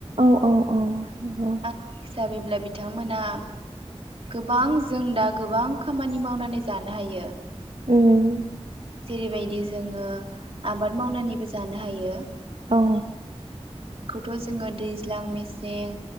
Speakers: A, on the right; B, on the right.
A: औ औ औ नंगौ
B: आंनि हिसाबैब्ला बि बिथांमोना गोबां जों दा गोबां खामानि मावनानै जानो हायो
A: उम
B: जेरैबायदि जोङो आबाद मावनानैबो जानो हायो।
A: औ
B: दं जोंहा दैज्लां मेसें।